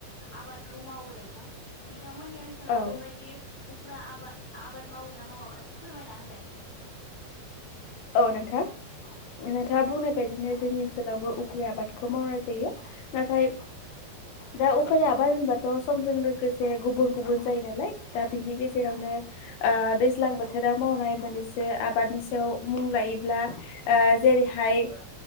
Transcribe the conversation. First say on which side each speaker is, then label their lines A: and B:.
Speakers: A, on the left; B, on the left.
A: आबाद खौ मावो नोंथां नोंथांमोननि ओनसोलाव
B: औ
A: बेबायदि। उफ्रा आबाद आबाद मावो ना मावा फोरमायना होलाय
B: औ नोंथां। नोंथाङा बुंनाय बायदिनो जोंनि ओनसोलावबो उखै आबादखौ मावनाय जायो नाथाय दा उफान आबाद होनबाथ' समजों लोगोसे गुबुन गुबुन जायो नालाय दा बिनि गेजेरावनो दैज्लां बोथोराव मावनाय मोननैसो आबादनि सायाव मुं लायोब्ला जेरैहाय